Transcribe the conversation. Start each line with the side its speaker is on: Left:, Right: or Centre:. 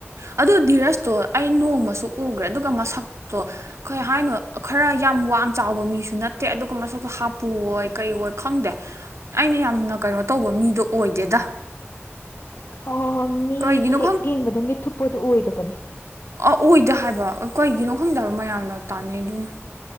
Right: ꯑꯣ ꯙꯤꯔꯖꯇꯣ ꯑꯩ ꯅꯣꯡꯃ ꯇꯨ ꯎꯒꯔ‌ꯦ ꯑꯗꯨꯒ ꯃꯁꯛꯇꯣ ꯀꯩ ꯍꯥꯏꯅꯣ ꯈꯔ ꯌꯥꯝ ꯋꯥꯡ ꯆꯥꯎꯕ ꯃꯤꯁꯨ ꯅꯠꯇꯦ ꯑꯗꯨꯒ ꯃꯁꯛꯇꯣ ꯍꯥꯞꯄꯨꯣꯏ ꯀꯩꯑꯣꯏ ꯈꯪꯗꯦ ꯑꯩꯅ ꯌꯥꯝꯅ ꯀꯩꯅꯣ ꯇꯧꯕ ꯃꯤꯗꯣ ꯑꯣꯏꯗꯦꯗ
Left: ꯍꯣꯏ ꯍꯣꯏ ꯍꯣꯏ ꯃꯤ
Right: ꯀꯩꯒꯤꯅꯣ
Left: ꯍꯦꯛ ꯌꯦꯡꯕꯗ ꯃꯤꯠ ꯊꯨꯞꯄꯗꯨꯣ ꯑꯣꯏꯗꯕꯅꯦ
Right: ꯑ ꯑꯣꯏꯗ ꯍꯥꯏꯕ ꯀꯩꯒꯤꯅꯣ ꯈꯪꯗ‌ꯦ ꯍꯥꯏꯕ ꯃꯌꯥꯝꯅ ꯇꯥꯟꯅꯩꯗꯨꯅ